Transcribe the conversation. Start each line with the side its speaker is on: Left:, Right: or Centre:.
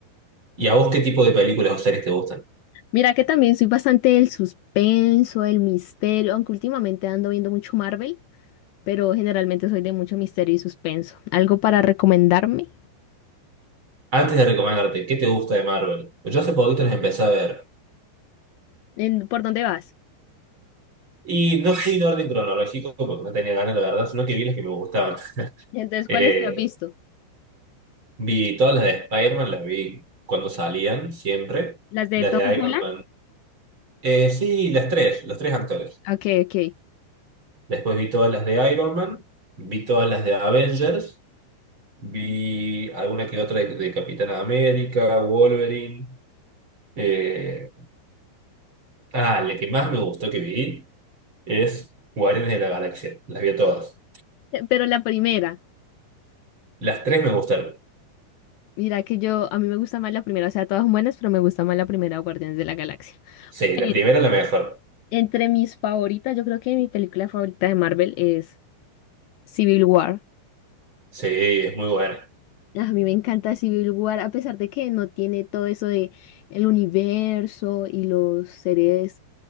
Right: ¿Y a vos qué tipo de películas o series te gustan?
Left: Mira que también soy bastante del suspenso, del misterio, aunque últimamente ando viendo mucho Marvel, pero generalmente soy de mucho misterio y suspenso. ¿Algo para recomendarme?
Right: Antes de recomendarte, ¿qué te gusta de Marvel? Pues yo hace poquito las empecé a ver.
Left: ¿En- ¿por dónde vas?
Right: Y no fui en orden cronológico porque no tenía ganas, la verdad, sino que vi las que me gustaban.
Left: Y entonces,
Right: Eh,
Left: ¿cuáles te has visto?
Right: vi todas las de Spider-Man, las vi cuando salían, siempre.
Left: ¿Las de
Right: Las
Left: Tom
Right: de Iron
Left: Holland?
Right: Man. Eh, sí, las tres, los tres actores.
Left: Ok, ok.
Right: Después vi todas las de Iron Man, vi todas las de Avengers, vi alguna que otra de, de Capitán América, Wolverine. eh, ah, la que más me gustó que vi. es Guardianes de la Galaxia. Las vi todas.
Left: Pero la primera,
Right: Las tres me gustaron.
Left: mira que yo, a mí me gusta más la primera, o sea, todas son buenas, pero me gusta más la primera, Guardianes de la Galaxia.
Right: Sí,
Left: Pero
Right: la primera es la mejor.
Left: entre mis favoritas, yo creo que mi película favorita de Marvel es Civil War.
Right: Sí, es muy buena.
Left: Ah, A mí me encanta Civil War, a pesar de que no tiene todo eso de el universo y los seres